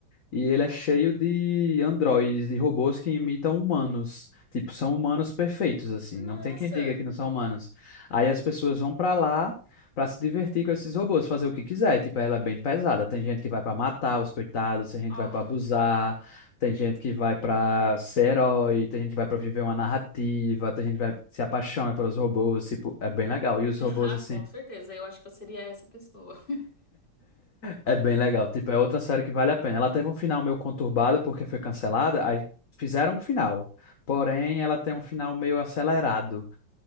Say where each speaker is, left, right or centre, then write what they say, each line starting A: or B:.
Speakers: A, on the left; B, on the left.
A: e ele é cheio de androides, de robôs que imitam humanos. Tipo, são humanos perfeitos, assim.
B: Nossa!
A: Não tem quem diga que não são humanos. Aí as pessoas vão pra lá pra se divertir com esses robôs, fazer o que quiser. Tipo, ela é bem pesada. Tem gente que vai pra matar os coitados, tem gente
B: Ah,
A: que vai pra abusar, tem gente que vai pra ser herói, tem gente que vai pra viver uma narrativa, tem gente que vai se apaixona pelos robôs. Tipo, é bem legal. E os
B: <laughs>
A: robôs, assim.
B: com certeza. Eu acho que eu seria essa pessoa.
A: É bem legal. Tipo, é outra série que vale a pena. Ela teve um final meio conturbado porque foi cancelada, aí fizeram um final. Porém, ela tem um final meio acelerado.